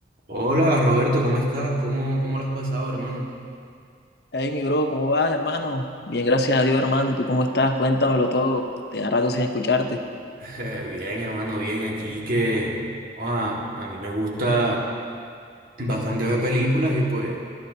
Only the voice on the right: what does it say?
Hola Roberto, ¿cómo estás? ¿Cómo, cómo lo has pasado, hermano?
<laughs> Eh, bien, hermano, bien. Aquí que ah, a mí me gusta bastante ver películas y pues,